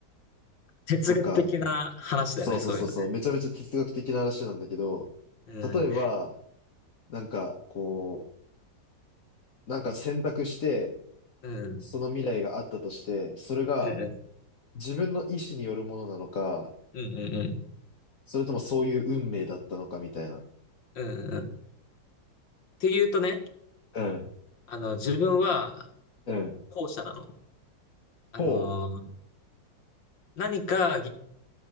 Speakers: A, on the left; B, on the left.
A: 哲学的な話だよね、
B: なんか、そうそうそうそう、
A: そういうのね。
B: めちゃめちゃ哲学的な話なんだけど、
A: うん、
B: 例えば、なんかこう、なんか選択して、
A: うん、
B: その未来があったとして、それが
A: うん、
B: 自分の意志によるものなのか、
A: うん、うん、うん。
B: それともそういう運命だったのかみたいな。
A: うんうんっていうとね、
B: うん、
A: あの、自分は
B: うん、
A: 後者なの。あの、
B: ほ
A: 何かぎ、